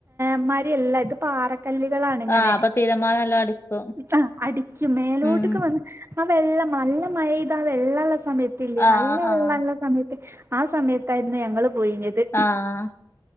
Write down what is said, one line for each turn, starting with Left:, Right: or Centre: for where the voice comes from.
Right: മ്മാരിയല്ല ഇത് പാറ കല്ലുകളാണിങ്ങനെ.
Left: ആഹ് അപ്പൊ തിരമാല നല്ലോ അടിക്കും
Right: ആഹ് അടിക്കും മേലോട്ട്ക്ക്
Left: ഉം
Right: വന്ന് ആ വെള്ളം നല്ല മഴെയ്ത ആ വെള്ളള്ള സമയത്തില്ലേ
Left: ആഹ്
Right: നല്ല വെള്ളള്ള
Left: ആഹ്
Right: സമയത്ത് ആ സമയത്തായിരുന്നു ഞങ്ങള് പോയിനെത്.
Left: ആഹ്